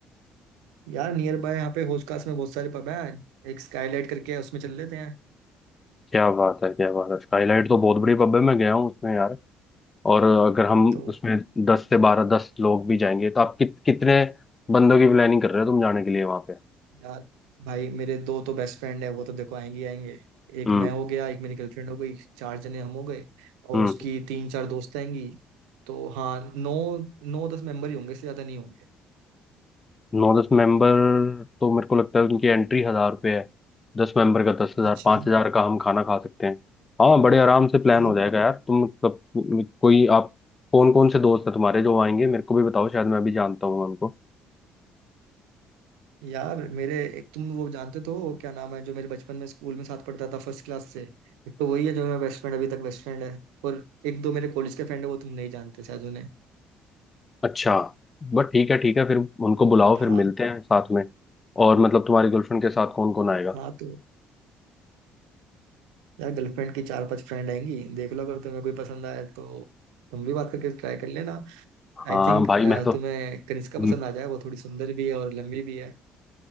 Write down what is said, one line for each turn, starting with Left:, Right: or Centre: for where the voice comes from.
Right: यार नियर बाय यहाँ पे होस्कास में बहुत सारे पब हैं एक स्काईलाइट करके है उसमें चल लेते हैं
Left: क्या बात है क्या बात है स्काईलाइट तो बहुत बड़ी पब है मैं गया हूँ उसमें यार और अगर हम
Right: तो
Left: उसमें दस से बारह दस लोग भी जाएंगे तो आप कित, कितने बंदों की प्लानिंग कर रहे हो तुम जाने के लिए वहां पे
Right: यार भाई मेरे दो तो बेस्ट फ्रेंड है वो तो देखो आएंगे ही आएंगे एक
Left: हम्म
Right: मैं हो गया एक मेरी गर्लफ्रेंड हो गई चार जने हम हो गए और
Left: हम्म
Right: उसकी तीन चार दोस्त आएंगी तो हाँ नौ नौ दस मेंबर ही होंगे इससे ज्यादा नहीं होंगे
Left: नौ दस मेंबर तो मेरे को लगता है उनकी एंट्री हजार रुपये है दस मेंबर का दस हजार
Right: अच्छा
Left: पाँच हजार का हम खाना खा सकते हैं हाँ बड़े आराम से
Right: हाँ
Left: प्लान हो जाएगा यार तुम मतलब म- कोई आप कौन कौन से दोस्त हैं तुम्हारे जो आएंगे मेरे को भी बताओ शायद मैं भी जानता हूँ उनको
Right: यार मेरे एक तुम वो जानते तो हो, क्या नाम है जो मेरे बचपन में स्कूल में साथ पढ़ता था फर्स्ट क्लास से एक तो वही है जो मेरा बेस्ट फ्रेंड अभी तक बेस्ट फ्रेंड है और एक दो मेरे कॉलेज के फ्रेंड है वो तुम नहीं जानते शायद उन्हें
Left: अच्छा बट ठीक है ठीक है फिर उनको बुलाओ
Right: हाँ
Left: फिर मिलते हैं साथ में और मतलब तुम्हारी गर्लफ्रेंड के साथ कौन कौन आएगा
Right: हाँ तो यार गर्लफ्रेंड की चार पांच फ्रेंड आएंगी देख लो अगर तुम्हें कोई पसंद आए तो तुम भी बात करके ट्राई कर लेना आई
Left: हाँ
Right: थिंक
Left: भाई मैं तो
Right: तुम्हें कनिष्का
Left: हम्म,
Right: पसंद आ जाए वो थोड़ी सुंदर भी है और लंबी भी है